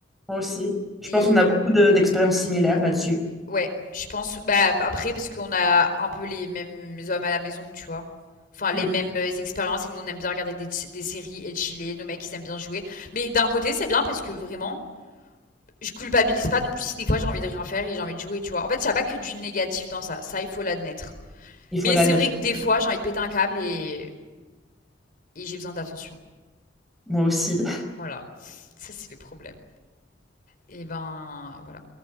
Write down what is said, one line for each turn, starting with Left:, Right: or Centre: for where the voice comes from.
Centre: Moi aussi. Je
Left: Et
Centre: pense qu'on a beaucoup de- d'expériences similaires là-dessus.
Left: ouais, je pense. Bah, après, parce qu'on a un peu les mêmes hommes à la maison, tu vois. Enfin, les
Centre: Mm.
Left: mêmes euh, expériences. Et nous, on aime bien regarder des, des séries et chiller. Nos mecs, ils aiment bien jouer. Mais d'un côté, c'est bien parce que vraiment. je culpabilise pas non plus si des fois j'ai envie de rien faire et j'ai envie de jouer, tu vois. En fait, il n'y a pas que du négatif dans ça, ça il faut l'admettre.
Centre: Il faut
Left: Mais
Centre: l'admettre.
Left: c'est vrai que des fois j'ai envie de péter un câble et, et j'ai besoin d'attention.
Centre: Moi aussi.
Left: Voilà, ça c'est le problème. Et ben voilà.